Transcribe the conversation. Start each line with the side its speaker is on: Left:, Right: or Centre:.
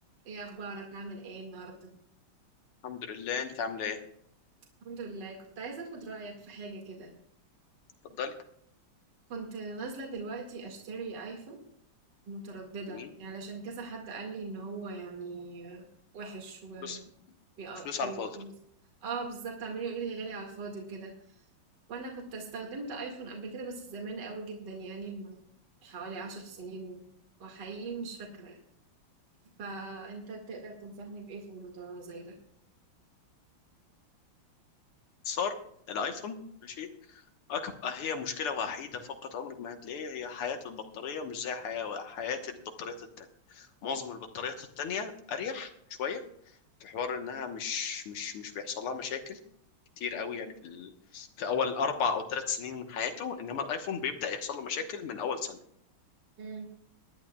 Right: ايه اخبارك عامل ايه النهارده
Left: الحمد لله انت عامله ايه
Right: الحمد لله كنت عايزه اخد رايك في حاجه كده
Left: اتفضلي
Right: كنت نازله دلوقتي اشتري ايفون متردده
Left: جميل
Right: يعني علشان كذا حد قال لي ان هو يعني وحش و
Left: فلوس
Right: بي... آه،
Left: فلوس
Right: بي...
Left: على الفاضي
Right: اه بالظبط عمال يقول لي غالي على الفاضي وكده وانا كنت استخدمت ايفون قبل كده بس زمان قوي جدا يعني من حوالي عشر سنين وحقيقي مش فاكره فانت تقدر تنصحني بايه في الموضوع زي ده
Left: صار الايفون ماشي اكبر هي مشكله وحيده فقط عمرك ما هتلاقيها هي حياه البطاريه مش زي حياه حياه البطاريات التانية معظم البطاريات التانية اريح شويه في حوار انها مش مش مش بيحصل لها مشاكل كتير قوي يعني في ال... في اول اربع او ثلاث سنين من حياته انما الايفون بيبدا يحصل له مشاكل من اول سنه
Right: امم